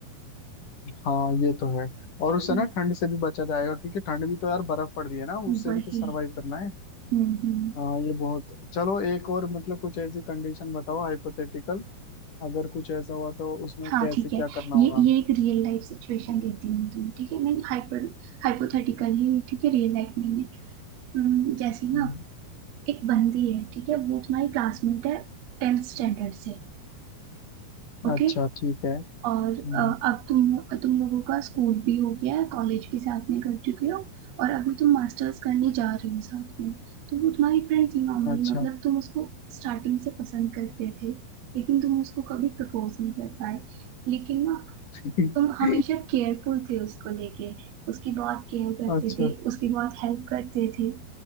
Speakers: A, on the left; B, on the right.
A: हाँ ये तो है और उससे
B: हम्म,
A: ना ठंड से भी बचा जाएगा क्योंकि ठंड भी तो यार बर्फ पड़ रही है ना उससे
B: वही
A: भी तो सरवाइव करना है
B: हम्म हम्म
A: हाँ ये बहुत चलो एक और मतलब कुछ ऐसी कंडीशन बताओ हाइपोथेटिकल अगर कुछ ऐसा हुआ तो उसमें
B: हाँ
A: कैसे
B: ठीक
A: क्या
B: है
A: करना होगा
B: ये
A: हमें?
B: ये एक रियल लाइफ सिचुएशन देती हूँ मैं तुम्हें ठीक है नहीं हाइपर हाइपोथेटिकल ही है, ये, ठीक है रियल लाइफ नहीं है हम्म, जैसे ना
A: हम्म,
B: एक बंदी है ठीक है वो तुम्हारी क्लासमेट है टेंथ स्टैंडर्ड से ओके
A: अच्छा ठीक है
B: और
A: हम्म,
B: अ, अब तुम तुम लोगों का स्कूल भी हो गया है कॉलेज भी साथ में कर चुके हो और अभी तुम मास्टर्स करने जा रहे हो साथ में तो वो तुम्हारी फ्रेंड थी नॉर्मली
A: अच्छा
B: मतलब तुम उसको स्टार्टिंग से पसंद करते थे लेकिन तुम उसको कभी प्रपोज नहीं कर पाए लेकिन ना
A: <laughs>
B: तुम हमेशा केयरफुल थे उसको लेके उसकी बहुत केयर करते
A: अच्छा
B: थे उसकी बहुत हेल्प करते थे